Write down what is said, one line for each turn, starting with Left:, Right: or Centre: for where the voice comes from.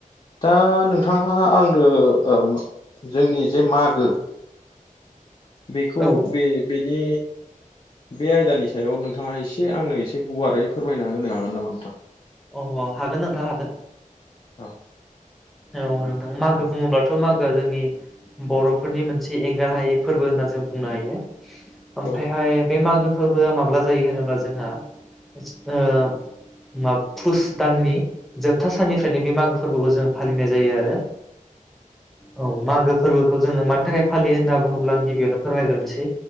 Left: दा नोंथाङा आंनो जोंनि जे मागो बेखौ
Centre: औ
Left: बे बेनि बे आयदानि सायाव नोंथाङा एसे आंनो एसे गुवारै फोरमायना होनो हागोन नामा नोंथां?
Centre: अ हागोन नोंथां हागोन।
Left: औ
Centre: औ नोंथां मागो बुंङोब्ला थ' मागोआ जोंनि बर'फोरनि मोनसे एंगार हायै फोरबो होनना जों बुंनो हायो। ओमफ्रायहाय
Left: औ
Centre: बे मागो फोरबोआ माब्ला जायो होनोबा जोंहा ओ मा फुस दाननि जोबथा साननिफ्रायनो बे मागो फोरबोखौ जों फालिनाय जायो आरो। औ मागो फोरबोखौ जोङो मान थाखाय फालि होनना बुङोब्ला आं गिबियावनो फोरमायग्रोनोसै